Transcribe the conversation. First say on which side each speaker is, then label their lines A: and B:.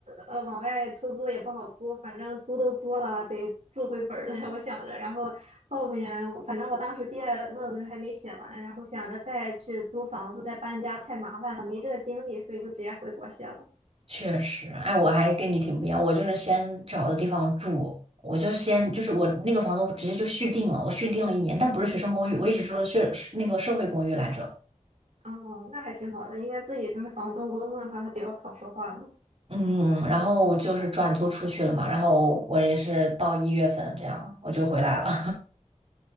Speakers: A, on the right; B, on the right.
A: 呃往外出租也不好租，反正租都租了，得住回本儿来，<laughs> 我想着。然后后面我反正我当时毕业论文还没写完，然后想着再去租房子再搬家太麻烦了，没这个精力，所以就直接回国写了。
B: 确实，哎，我还跟你挺不一样，我就是先找的地方住，我就先就是我那个房东直接就续订了，我续订了一年，但不是学生公寓，我一直住的社那个社会公寓来着，
A: 哦，那还挺好的，应该自己跟房东沟通的话，他比较好说话嘛。
B: 嗯，然后就是转租出去了嘛，然后我也是到一月份这样我就回来了。